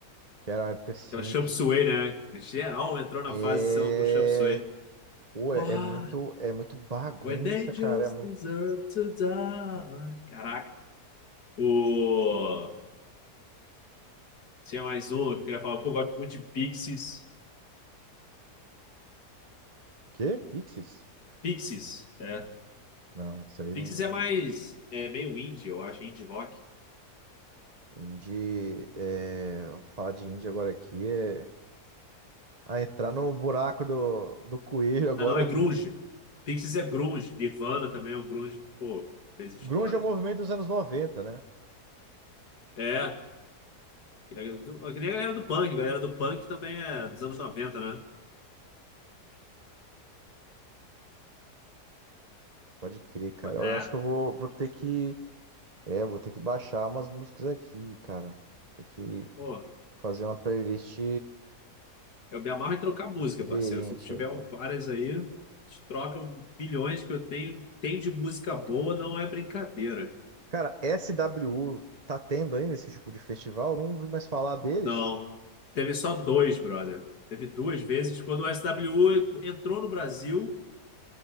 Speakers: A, on the right; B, on the left.
A: que era uma época assim
B: Aquela Chop
A: que.
B: Suey, né? Geral entrou na
A: É.
B: fase de com Chop Suey.
A: Pô,
B: Uau!
A: é é muito, é muito bagunça,
B: When they just
A: cara. É muito.
B: deserve to die. Caraca. O... Tinha mais um que eu queria falar. Pô, eu gosto muito de Pixies.
A: Quê? Pixies?
B: Pixies, é.
A: Não, isso aí
B: Pixies
A: não.
B: é mais... É meio indie, eu acho. Indie rock.
A: Indie. É... Falar de indie agora aqui é. Ah, entrar no buraco do, do coelho agora,
B: Ah, não. É grunge.
A: <laughs> filho.
B: Pixies é grunge. Nirvana também é um grunge que, pô, fez história.
A: Grunge é o movimento dos anos 90, né?
B: É. é do- Que nem a galera do punk. A galera do punk também é dos anos noventa, né?
A: Pode crer, cara. Eu
B: É.
A: acho que eu vou, vou ter que. É, vou ter que baixar umas músicas aqui, cara. Tem que
B: Pô,
A: fazer uma playlist
B: Eu me amarro em trocar música,
A: diferente
B: parceiro. Se tu tiver
A: aí, cara.
B: várias aí, a gente troca bilhões que eu tenho. Tem de música boa, não é brincadeira.
A: Cara, SWU tá tendo ainda esse tipo de festival? Não ouvi mais falar deles.
B: Não. Teve só dois, brother. Teve duas vezes. Quando o SWU entrou no Brasil,